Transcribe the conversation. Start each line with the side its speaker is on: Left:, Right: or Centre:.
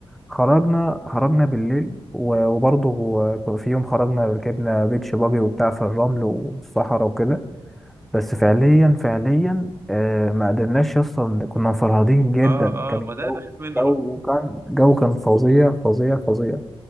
Centre: خرجنا خرجنا بالليل و- وبرضه في يوم خرجنا ركبنا بيتش باجي وبتاع في الرمل والصحراء وكده بس فعليا فعليا آه ما قدرناش اصلا كنا مفرهدين جدا
Right: اه
Centre: كان
Right: اه ما
Centre: الجو
Right: ده اللي بخاف منه
Centre: جو
Right: بقى
Centre: كان جو كان فظيع فظيع فظيع